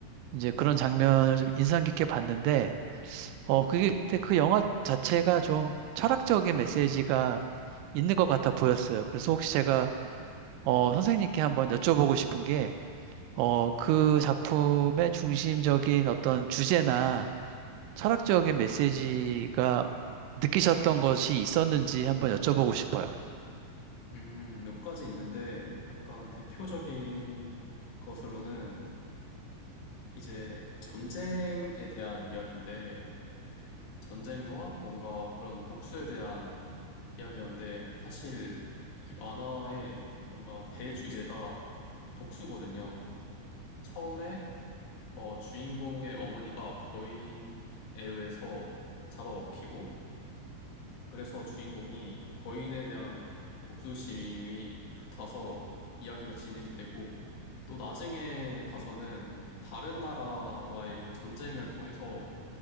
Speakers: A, on the right; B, on the left.
A: 이제 그런 장면을 좀 인상 깊게 봤는데 어, 그게 근데 그 영화 자체가 좀 철학적인 메시지가 있는 것 같아 보였어요. 그래서 혹시 제가 어, 선생님께 한번 여쭤보고 싶은 게, 어, 그 작품의 중심적인 어떤 주제나 철학적인 메시지가 느끼셨던 것이 있었는지 한번 여쭤보고 싶어요.
B: 음, 몇 가지 있는데 약간 대표적인 것으로는 이제 전쟁에 대한 이야기인데, 전쟁과 뭔가 그런 복수에 대한 이야기였는데, 사실 이 만화의 뭔가 대주제가 복수거든요. 처음에 어, 주인공의 어머니가 거인에 의해서 잡아먹히고 그래서 주인공이 거인에 대한 복수심이 불타서 이야기가 진행이 되고 또 나중에 가서는 다른 나라와의 전쟁을 통해서